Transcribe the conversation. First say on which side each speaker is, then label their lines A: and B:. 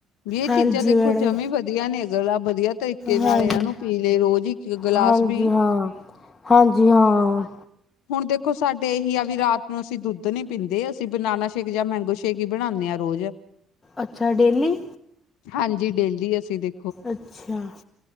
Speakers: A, on the left; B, on the left.
A: ਵੀ ਏ
B: ਹਾਂਜੀ
A: ਚੀਜ਼ਾਂ ਦੇਖੋ
B: ਮੈਡਮ
A: ਜਮੀ ਵਧੀਆ ਨੇ <unintelligible> ਵਧੀਆ ਤਰੀਕੇ
B: ਹਾਂਜੀ
A: ਨਾਲ ਏਨਾਂ ਨੂੰ ਪੀ ਲੇ ਰੋਜ਼ ਇੱਕ ਕ ਗਿਲਾਸ
B: ਹਾਂਜੀ
A: ਵੀ।
B: ਹਾਂ ਹਾਂਜੀ ਹਾਂ।
A: ਹੁਣ ਦੇਖੋ ਸਾਡੇ ਏਹੀ ਆ ਵੀ ਰਾਤ ਨੂੰ ਅਸੀਂ ਦੁੱਧ ਨੀ ਪੀਂਦੇ ਅਸੀਂ ਬਨਾਨਾ ਸ਼ੇਕ ਜਾਂ ਮੈਂਗੋ ਸ਼ੇਕ ਈ ਬਣਾਨੇ ਆ ਰੋਜ਼।
B: ਅੱਛਾ ਡੇਲੀ।
A: ਹਾਂਜੀ ਡੇਦੀ ਅਸੀਂ ਦੇ
B: ਅੱਛਾ